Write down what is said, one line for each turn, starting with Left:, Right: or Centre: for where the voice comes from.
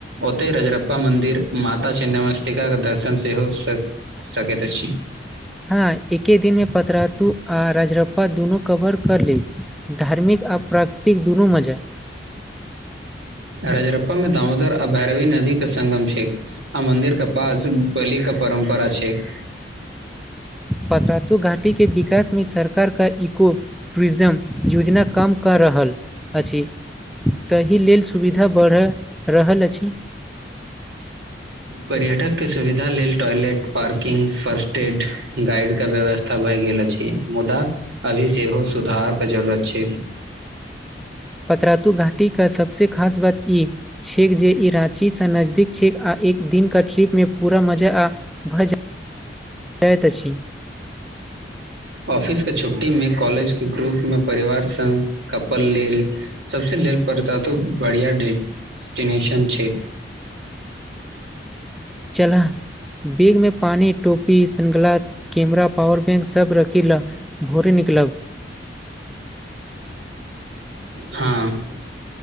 Right: ओतय रजरप्पा मन्दिर माता छिन्नमस्तिकाके दर्शन सेहो भ सकैत अछि।
Centre: हँ एके दिनमे पतरातु आ राजरप्पा दुनू कवर कर लेब। धार्मिक आ प्राकृतिक दुनू मजा।
Right: रजरप्पा मे दामोदर आ भैरवी नदी के संगम छैक। आ मंन्दिर के पास बलि के परम्परा छैक।
Centre: पतरातू घाटी टीके विकासमे सरकार के इको टूरीजम योजना काम क रहल अछी ताहि लेल सुविधा बढ़ि रहल अछि।
Right: पर्यटकके सुविधा लेल toilet parking first aid guide के व्यवस्था भए गेल अछि मुदा अभी सेहो सुधार के जरूरत छै।
Centre: पतरातू घाटी के सबसे खास बात इ छैक जे ई राँचीसे नजदीक छैक आ एक दिनका ट्रिपमे पूरा मजा आ भ जाइत अछि।
Right: ऑफिस के छुट्टी में, कॉलेज के ग्रुप में परिवार संग कपल लेल सबसे लेल परतातू त बढ़िया डिस्टिनेशन छैक।
Centre: चलह। बैगमे पानी, टोपी, सनग्लास, कैमरा, पावर बैंक सब रखी लह। भोरे निकलब?
Right: हँ,